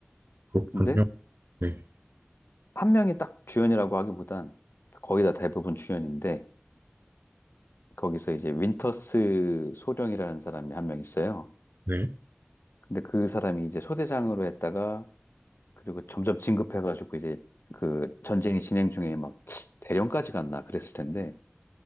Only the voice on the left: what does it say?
근데
한 명이 딱 주연이라고 하기보단 거의 다 대부분 주연인데, 거기서 이제 윈터스 소령이라는 사람이 한 명 있어요.
근데 그 사람이 이제 소대장으로 했다가, 그리고 점점 진급해가지고 이제 그 전쟁이 진행 중에 막 대령까지 갔나 그랬을 텐데,